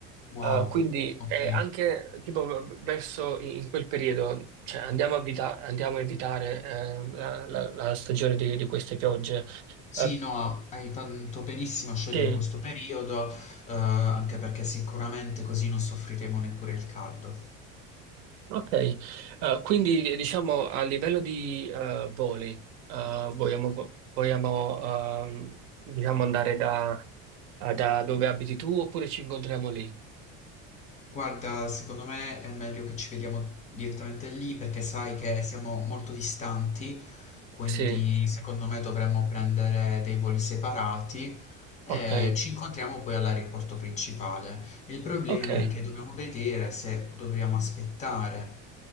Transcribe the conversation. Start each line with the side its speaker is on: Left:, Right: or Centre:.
Left: Wow,
Right: Uh, quindi
Left: ok.
Right: eh, anche tipo v- verso in, in quel periodo, cioè andiamo a, evita- andiamo a evitare eh, la, la- la stagione di, di queste piogge.
Left: Sì,
Right: Eh,
Left: no, hai fatto benissimo a scegliere
Right: sì,
Left: questo periodo, eh, anche perché sicuramente così non soffriremo neppure il caldo.
Right: ok. Eh, quindi diciamo a livello di eh, voli, eh, vogliamo, vogliamo, ehm, diciamo andare da, da dove abiti tu oppure ci incontriamo lì?
Left: Guarda, secondo me è meglio che ci vediamo direttamente lì perché sai che siamo molto distanti, quindi
Right: Sì,
Left: secondo me dovremmo prendere dei voli separati e
Right: ok,
Left: ci incontriamo poi all'aeroporto principale. Il problema
Right: ok,
Left: è che dobbiamo vedere se dobbiamo aspettare